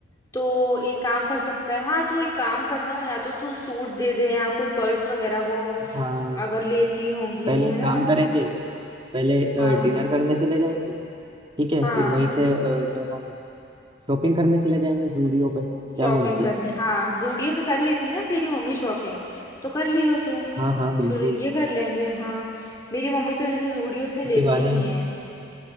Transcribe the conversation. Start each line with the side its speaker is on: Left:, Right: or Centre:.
Left: तो एक काम कर सकता है हाँ तू एक काम करना या तो तू सूट दे दे या कोई पर्स वगैरह वो
Right: हाँ
Left: अगर लेती होंगी
Right: पहले
Left: है
Right: एक
Left: ना
Right: काम करेंगे पहले
Left: हाँ
Right: डिनर करने चले जाएंगे ठीक है
Left: हाँ
Right: फिर वहीं से अ, क्या नाम शॉपिंग करने चले जाएंगे जूडियो पे क्या
Left: शॉपिंग
Right: बोलती
Left: करनी
Right: है
Left: हाँ जूडियो से कर लेती है ना तेरी मम्मी शॉपिंग तो कर लियो तू
Right: हाँ हाँ बिल्कुल
Left: फिर ये कर लेंगे हाँ मेरी मम्मी तो जैसे जूडियो से लेती
Right: इसी बहाने
Left: ही नहीं है